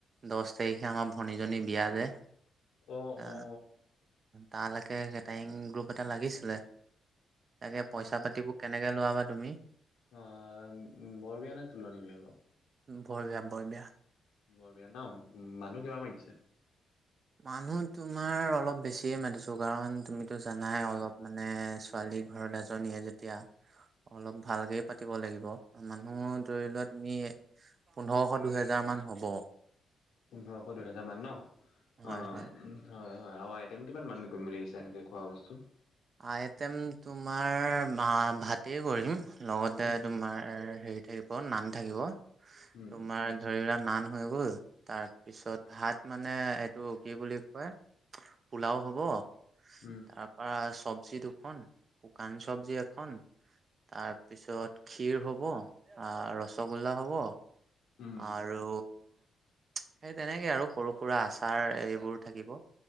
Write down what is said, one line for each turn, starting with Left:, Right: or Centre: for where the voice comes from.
Right: দছ তাৰিখে আমাৰ ভনীজনী বিয়া যে
Left: অ
Right: আ,
Left: অ।
Right: তালৈকে কেটাৰিং গ্ৰুপ এটা লাগিছিলে। তাকে
Left: অ
Right: পইচা পাতিবোৰ কেনেকে লোৱাবা তুমি?
Left: অ', বৰ বিয়ানে তুলনী বিয়া আকৌ?
Right: বৰ বিয়া বৰ বিয়া।
Left: বৰ বিয়া ন মানুহ কিমান মান মাতিছে?
Right: মানুহ তোমাৰ অলপ বেছিয়ে মাতিছো কাৰণ তুমিতো জানাই অলপ মানে ছোৱালী ঘৰত এজনীয়ে যেতিয়া। অলপ ভালকেই পাতিব লাগিব। মানুহ ধৰি লোৱা তুমি পোন্ধৰশ দুহেজাৰ মান হ'ব।
Left: পোন্ধৰশ দুহেজাৰ মান ন অ'।
Right: হয় হয়
Left: হয়, হয়, আৰু আইটেম কিমান মান কৰিম বুলি ভাবিছা এনেকে খোৱা বস্তু?
Right: আইটেম তোমাৰ ভাতেই কৰিম লগতে
Left: উম
Right: তোমাৰ হেৰী থাকিব নান থাকিব,
Left: উম
Right: তোমাৰ ধৰি লোৱা নান হৈ গ'ল তাৰপিছত ভাত মানে এইটো কি বুলি কয়। পোলাও হ'ব তাৰপৰা
Left: উম
Right: চব্জি দুখন শুকান চব্জি এখন। তাৰপিছত ক্ষীৰ হ'ব ৰসগোল্লা হ'ব।
Left: উম
Right: আৰু সেই তেনেকে আৰু সৰু সুৰা আচাৰ এইবোৰ থাকিব